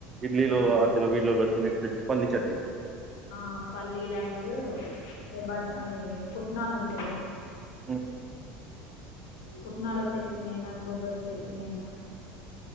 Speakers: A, on the right; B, on the left.
A: ఇడ్లీలో
B: ఆ
A: ఆదిలో వీడ్లో నీకు తెచ్చి ఫల్లి చట్ని
B: ఆ ఫల్లీలు అండ్ బఠాణీ పుట్నాలుంటయి ది
A: హమ్
B: పుట్నలా చట్నీ అయిన కొబ్బరి చట్నీ అయినా